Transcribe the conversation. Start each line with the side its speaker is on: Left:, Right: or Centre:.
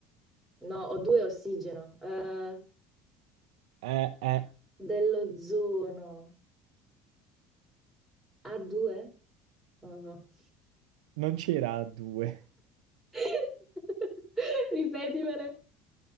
Centre: No, O2 è ossigeno. Eh,
Right: Eh, eh,
Centre: dell'ozono. A2? Non lo so.
Right: non c'era A2.
Centre: <laughs> Ripetimele.